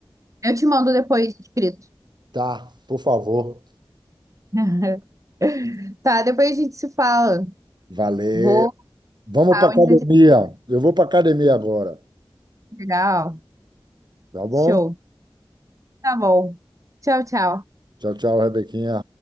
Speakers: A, on the right (about 35°); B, on the right (about 55°).
A: Eu te mando depois escrito.
B: Tá, por favor.
A: <laughs> Tá, depois a gente se fala.
B: Valeu.
A: Vou,
B: Vamos
A: tal,
B: para academia.
A: entretenimento
B: Eu vou para academia agora,
A: legal.
B: tá bom?
A: Show. Tá bom. Tchau, tchau.
B: Tchau, tchau, Rebequinha.